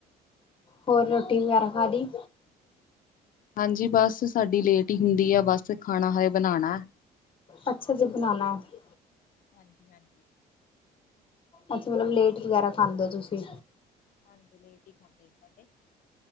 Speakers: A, on the left; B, on the left.
A: ਹੋਰ ਰੋਟੀ ਵਗੈਰਾ ਖਾ ਲੀ?
B: ਹਾਂਜੀ ਬੱਸ ਸਾਡੀ ਲੇਟ ਹੀ ਹੁੰਦੀ ਆ ਬੱਸ ਖਾਣਾ ਹਜੇ ਬਣਾਣਾ।
A: ਅੱਛਾ ਜੀ ਬਨਾਨਾ ਐ।
B: ਹਾਂਜੀ-ਹਾਂਜੀ,
A: ਅੱਛਾ ਮਤਲਬ ਲੇਟ ਵਗੈਰਾ ਖਾਂਦੇ ਔ ਤੁਸੀਂ?
B: <unintelligible>